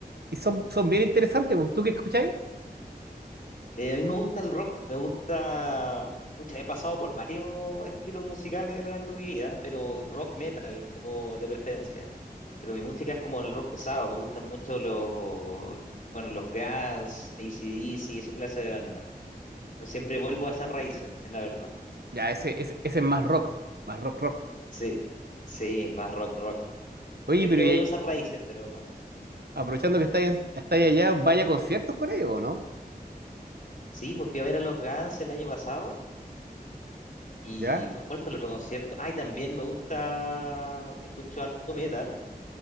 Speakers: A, on the right; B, on the left.
A: y son, son bien interesantes. bu. ¿Tú qué escucháis?
B: Eh, a mí me gusta el rock, me gusta... Pucha, he pasado por varios estilos musicales a lo largo de mi vida, pero rock metal como de preferencia. Pero mi música es como el rock pesado, me gustan mucho los, bueno, los Guns, AC/DC, esa clase de banda. Siempre vuelvo a esas raíces, es la verdad.
A: Ya, ese, ese, ese es más rock, más rock, rock.
B: Sí, sí, es más rock, rock.
A: Oye,
B: Siempre
A: pero y
B: vuelvo
A: ahí,
B: a esas raíces, pero
A: aprovechando que estáis estáis allá, vaya a conciertos con ellos, ¿o ¿no?
B: sí, pues fui a ver a los Guns el año pasado. ¿Y
A: ¿Ya?
B: bueno, cuál fue el otro concierto? Ay, también me gusta, escucho harto metal.